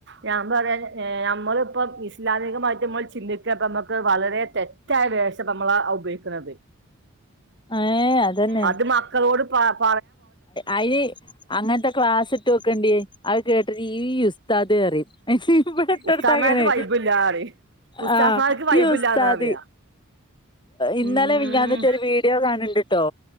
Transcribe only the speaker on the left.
ഏഹ് അതന്നെ
അയിന് അങ്ങനത്തെ ക്ലാസ്സിട്ട് വെക്കേണ്ടിയെ അത് കേട്ടിട്ട് ഈ ഉസ്താദ് പറയും ഇവിടെട്ടോടുത്താ
അങ്ങനെ
ആ
ഈ ഉസ്താദ്
ഇന്നലെ
മിനിഞ്ഞാന്നിട്ടാ ഒരു വീഡിയോ കാണ്ന്നുണ്ടട്ടോ